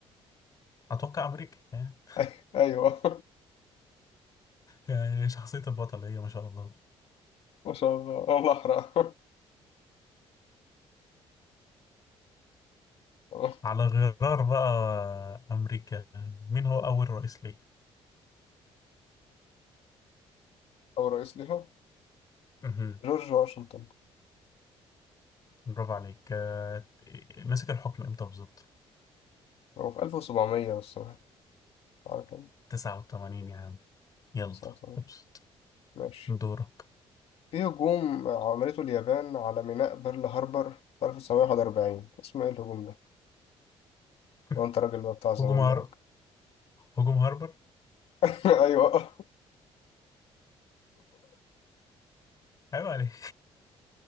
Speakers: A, on the left (about 35°); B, on the left (about 65°).
A: اتوقع امريكا يعني
B: <laughs> أيوه
A: يعني شخصيه البطل هي ما شاء الله
B: ما شاء الله والله أحرق آه،
A: على غرار بقى امريكا مين هو اول رئيس ليه
B: أو رئيس ليها
A: مهم.
B: جورج واشنطن
A: برافو عليك آه، مسك الحكم امتى بالظبط
B: هو في 1700 بس أنا عارف أنا.
A: 89 يا عم يلا
B: 1900
A: ابسط
B: ماشي
A: دورك
B: في هجوم عملته اليابان على ميناء بيرل هاربر في 1941 اسمه إيه الهجوم ده؟
A: <laughs>
B: لو أنت راجل بقى بتاع زمان
A: هجوم هار
B: بقى
A: هجوم هاربر
B: <laughs> أيوه
A: عيب عليك